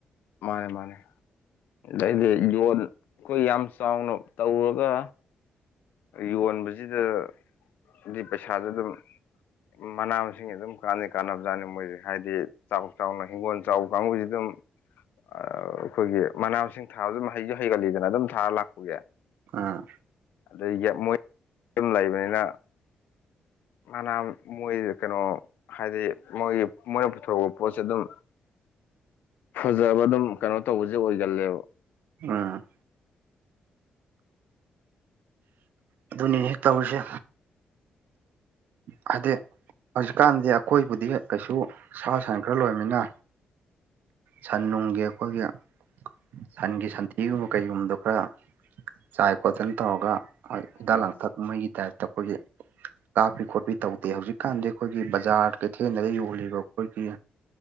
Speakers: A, on the left; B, on the right.
A: ꯃꯥꯅꯦ ꯃꯥꯅꯦ ꯑꯗꯩꯗꯤ ꯌꯣꯟ ꯑꯩꯈꯣꯏ ꯌꯥꯝ ꯆꯥꯎꯅ ꯇꯧꯔꯒ ꯌꯣꯟꯕꯁꯤꯗ ꯃꯤ ꯄꯩꯁꯥꯁꯨ ꯑꯗꯨꯝ ꯃꯅꯥ ꯃꯁꯤꯡ ꯑꯗꯨꯝ ꯀꯥꯟꯗꯤ ꯀꯥꯟꯅꯕ ꯖꯥꯠꯅꯤ ꯃꯣꯏꯁꯦ ꯍꯥꯏꯗꯤ ꯆꯥꯎ ꯆꯥꯎꯅ ꯍꯤꯡꯒꯣꯜ ꯆꯥꯎ ꯀꯥꯡꯕꯨꯁꯤ ꯑꯗꯨꯝ ꯑꯥ ꯑꯩꯈꯣꯏꯒꯤ ꯃꯅꯥ ꯃꯁꯤꯡ ꯊꯥꯕꯁꯨ ꯑꯗꯨꯝ ꯍꯩꯁꯨ ꯍꯩꯒꯜꯂꯤꯗꯅ ꯑꯗꯨꯝ ꯊꯥꯔ ꯂꯥꯛꯄꯒꯤ
B: ꯑꯝ
A: ꯑꯗꯩꯒꯤ ꯃꯣꯏ ꯌꯨꯝ ꯂꯩꯕꯅꯤꯅ ꯐꯅꯥ ꯃꯣꯏ ꯀꯩꯅꯣ ꯍꯥꯏꯗꯤ ꯃꯣꯏꯒꯤ ꯃꯣꯏꯅ ꯄꯨꯊꯣꯛꯄ ꯄꯣꯠꯁꯦ ꯑꯗꯨꯝ ꯐꯖꯕ ꯑꯗꯨꯝ ꯀꯩꯅꯣ ꯇꯧꯕꯁꯦ ꯑꯣꯏꯒꯜꯂꯦꯕ
B: ꯑꯝ ꯑꯗꯨꯅꯤꯅꯦ ꯇꯧꯔꯤꯁꯦ ꯍꯥꯢꯗꯤ ꯍꯧꯖꯤꯛꯀꯥꯟꯗꯤ ꯑꯩꯈꯣꯏꯕꯨꯗꯤ ꯀꯩꯁꯨ ꯁꯥ ꯁꯟ ꯈꯔ ꯂꯣꯏꯕꯅꯤꯅ ꯁꯟ ꯅꯨꯡꯒꯤ ꯑꯩꯈꯣꯏꯒꯤ ꯁꯟꯒꯤ ꯁꯟꯊꯤꯒꯨꯝꯕ ꯀꯩꯒꯨꯝꯕꯗꯣ ꯈꯔ ꯆꯥꯏ ꯈꯣꯠꯇꯅ ꯇꯧꯔꯒ ꯍꯣꯏ ꯍꯤꯗꯥꯛ
A: ꯎꯝ
B: ꯂꯥꯡꯊꯛ ꯃꯩꯒꯤ ꯇꯥꯏꯞꯇ ꯑꯩꯈꯣꯏꯒꯤ ꯀꯥꯞꯄꯤ ꯈꯣꯠꯄꯤ ꯇꯧꯗꯦ ꯍꯧꯖꯤꯛꯀꯥꯟꯗꯤ ꯑꯩꯈꯣꯏꯒꯤ ꯕꯖꯥꯔ ꯀꯩꯊꯦꯜꯗ ꯌꯣꯜꯂꯤꯕ ꯑꯩꯈꯣꯏꯒꯤ